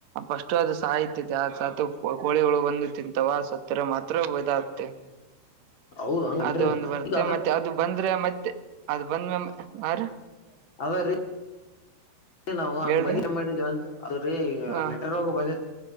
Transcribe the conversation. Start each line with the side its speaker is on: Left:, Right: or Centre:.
Right: ಪಸ್ಟ ಅದು ಸಾಯತಿತೆ ಸತ್ ಆ ಕೊಳಿ ಹುಳ ಬಂದಿ ತಿಂತವ ತರ ಮಾತ್ರ <unintelligible>
Left: ಹೌದ್ ಹಂಗನ್ರಿ
Right: ಅದು ಒಂದು ಬರುತ್ತೆ
Left: ಈಗ ಅದ
Right: ಮತ್ತೆ ಅದು ಬಂದ್ರೆ ಮತ್ತೆ ಅದ್ ಬಂದ ಮ್ಯಾಗ ಆ್ರ
Left: <unintelligible> ನಾವು ಹಂಗ್
Right: ಹೇಳ್ರಿ
Left: ಬಂದಿ ಮಾಡಿದ ಅದ್ರೀ
Right: ಹ
Left: ನೆಟರೊಗ ಬಂದಿ